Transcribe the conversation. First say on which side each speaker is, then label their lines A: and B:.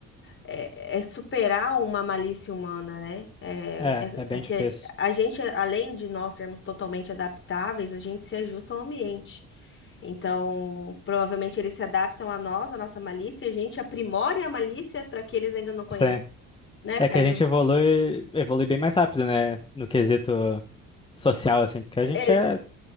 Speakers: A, on the left; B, on the left.
A: é, é superar uma malícia humana, né? É,
B: É, é bem
A: é- é que
B: difícil.
A: a gente, além de nós sermos totalmente adaptáveis, a gente se ajusta ao ambiente. Então, provavelmente eles se adaptam a nós, a nossa malícia, e a gente aprimora a malícia para que eles ainda não conheçam,
B: Sim. É
A: né?
B: é
A: Faz
B: que a gente
A: o-
B: evolui, evolui bem mais rápido, né? No quesito social, assim, porque a gente
A: é,
B: é.